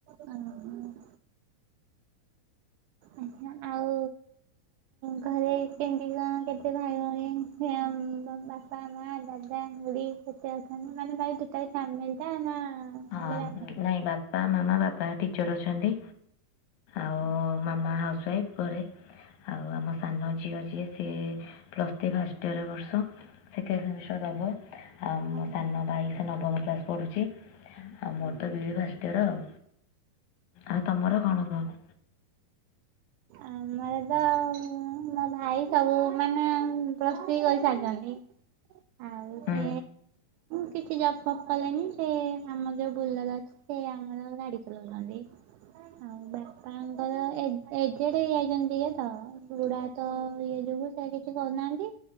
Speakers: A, on the right (about 80°); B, on the left (about 85°).
A: ଓହୋ। ଆଛା ଆଉ ଘରେ କେମିତି କଣ କେତେ ଭାଇ ଭଉଣୀ ଆମ ବାପା ମା ଦାଦା ଖୁଡୀ କେତେ ଅଛନ୍ତି ମାନେ ଭାଇ ଟୋଟାଲ ଫ୍ୟାମିଲିଟା ନା
B: ହଁ
A: ଖାଲି ବାପା
B: ନାଇଁ ବାପା, ମାମା ବାପା ଟିଚର ଅଛନ୍ତି ଆଉ ମାମା ହାଉସୱାଇଫ୍ ଘରେ। ଆଉ ଆମ ସାନ ଝିଅ ଯିଏ ସିଏ ପ୍ଲସ୍ ଥ୍ରି ଫାଷ୍ଟ ୟର୍ ଏ ବର୍ଷ। ସେକେଣ୍ଡ ସେମିଷ୍ଟର ଦବ। ଆଉ ମୋ
A: ଆଜ୍ଞା।
B: ସାନ ଭାଇ ସେ ନବମୀ କ୍ଲାସ ପଢୁଛି ଆଉ ମୋର ତ ବିଡି ଫାଷ୍ଟ ଇୟର ଆଉ। ଆଉ ତମର କଣ କହ?
A: ଆ। ଆମର ତ ମୋ ଭାଇ ସବୁ ମାନେ ପ୍ଲସ ଥ୍ରି କରିସାରିଛନ୍ତି। ଆଉ
B: ହୁଁ
A: ସେ କିଛି ଜଫଫ୍ପ୍ କଲେନି ସେ ଆମ ଯୋଉ ବୁଲର ଅଛି। ସେ ଆମର ଗାଡି ଚଲଉଚନ୍ତି। ଆଉ ବାପାଙ୍କର ଏଜେଡେ ହେଇ ଯାଇଚନ୍ତି ଟିକେ ତ। ବୁଢା ତ ଇଏ ଯୋଗୁ ସେ କିଛି କରୁନାହାନ୍ତି।